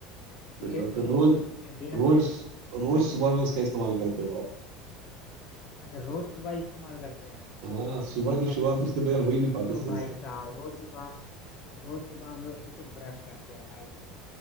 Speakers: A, on the left; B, on the right.
A: गेट
B: सही बात है
A: तो
B: रोज
A: इंडिया
B: रोज
A: गेट
B: रोज सुबह में उसका इस्तेमाल करते हो आप
A: अच्छा रोज सुबह इस्तेमाल करते हैं हम
B: हाँ सुबह की
A: अब
B: शुरुआत उसके बगैर हो ही नहीं पाती
A: तो
B: सही
A: भाई
B: से
A: साहब रोज सुबह रोज सुबह हम लोग तो ब्रश करते हैं भाई